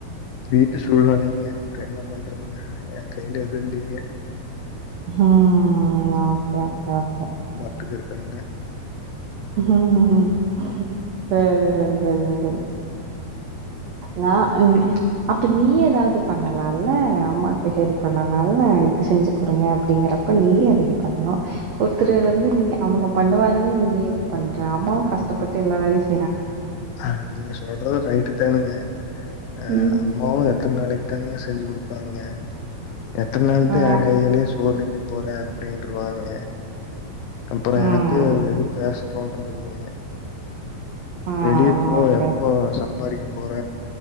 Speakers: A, on the left; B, on the right.
A: வீட்டு சூழ் நெலைங்க அப்ற என்ன பண்றதுங்க எ கைல எது இல்லிங்க
B: ஹ லாஸ்டா பாப்போ
A: விட்டுட் இருக்கணுங்க
B: ஹ்ம்ஹ்ம் சேரி செரி செரி செரி நா ஐமீ அப்ப நீயே எதாவது பண்ணல் நல்ல அம்மாக்கு ஹெல்ப் பண்ணலால்ல இது செஞ்சு குடுங்க அப்டிங்கறா அப்ப நீயே அரேஞ்சு பண்லா ஒருத்தரு வந்து நீங்க அவுங்க பண்ணுவாங் தானே நீயே பண்ற அம்மாவு கஷ்டப்பட்டு எல்லா வேலையும்
A: அ நீங்க சொல்றது ரைட்டு தாணுங்க அ
B: ம்
A: அம்மாவு கன் நாளைக்கு தானேங்க செஞ்சு குடுப்பாங்க எத்தன் நாாளுத
B: ஆ
A: எங் கையாலேயே சோறு திங்க போற அப்படின்றுவாங்க கம்ப்பறொ
B: ம்
A: எனக்கு அது எது பேச தோன்றது இல்லைங்க
B: ஆ
A: வெளியே போய்
B: ஓகே
A: எப்போ சம்பாதிக்கு போற